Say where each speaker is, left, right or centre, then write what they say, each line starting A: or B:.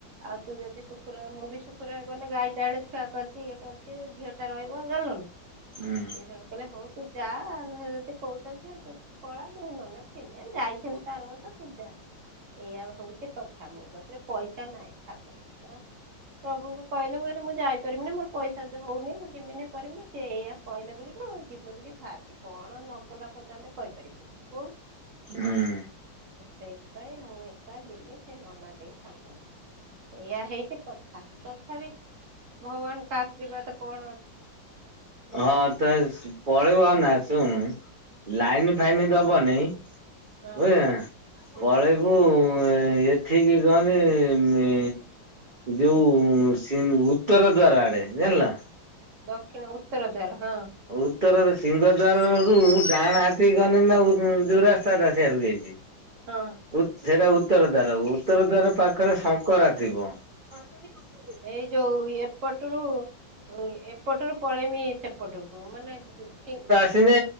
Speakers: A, on the right; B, on the right.
A: ଆଉ ତୁ ଯଦି ଶୁକ୍ରବାର ମୁଁ ବି ଶୁକ୍ରବାର ଗନେ ଗାଈଟା ଏଣେ ଛୁଆ କରିଛି ଇଏ କରିଛି ଝିଅଟା ରହିବ ଜାଣିଲୁ ନା।
B: ହୁଁ
A: ଇଏ ସିଆଡୁ କହିଲେ ହଉ ତୁ ଯା ସେ ଯଦି କହୁଛନ୍ତି। ପଳା ମୁଁ ନହେନେ ଥିମି ଯାଇଥିନି ତ ଆର ବର୍ଷ ତୁ ଯା। ଏଇଆା ହଉଛି କଥା ମୋ କତିରେ ପଇସା ନାହିଁ ଠାକୁରଙ୍କର ପ୍ରଭୁଙ୍କୁ କହିନି ମୁଁ କହିନି ମୁଁ ଯାଇପାରିବିନି ମୋର ପଇସା ଯଉ ହଉନି ମୁଁ ଯିମି ନି କରିମିନି। ସେ ଏଇଆ କହିଲେ ବୋଲି କି ଯିମି ବୋଲି ବାହାରିଛି କଣ ନଗଲା ପର୍ଯ୍ୟନ୍ତ କହିପାରିବିନି କହୁନୁ।
B: ହୁଁ।
A: ସେଇଥିପାଇଁ ମୁଁ ଏକା ଯିମି ସେ ନନା ଦେଇ ସାଙ୍ଗରେ। ଏଇଆ ହେଇଛି କଥା ତଥାପି ଭଗବାନଙ୍କ ଆଶୀର୍ବାଦ କଣ ଅ
B: ହଁ ତ ପଳେଇବନା ଶୁଣ
A: ହୁଁ
B: ଲାଇନି ଫାଇନି ଦବନି। ବୁଝିଲୁ
A: ହଁ
B: ନା
A: ହୁଁ
B: ପଳେଇବୁ ଏଠିକି କହନି ମି ଯୋଉ ସିଂ ଉତ୍ତର ଦ୍ଵାର ଆଡେ ଜାଣଲ।
A: ଦକ୍ଷିଣ ଉତ୍ତର ଦ୍ଵାର ହଁ।
B: ଉତ୍ତରର ସିଂହଦ୍ବାରରୁ ଡାହାଣ ହାତୀ ଗନେ ନା ଉ ଯୋଉ ରାସ୍ତାରା ସିଆଡକୁ ଯାଇ ଚି।
A: ହଁ।
B: ଉତ୍ ସେଟା ଉତ୍ତର ଦ୍ଵାର ଉତ୍ତର ଦ୍ଵାର ପାଖରେ ଶଙ୍କରା ଥିବ। ଶଙ୍କରା ଏଇ ମଙ୍ଗଳରେ
A: ଏଇ ଯୋଉ ଏପଟରୁ ଓ ଏପଟରୁ ପଳେଇମି ସେ ପଟକୁ ମାନେ ସିଂ
B: ସିନେ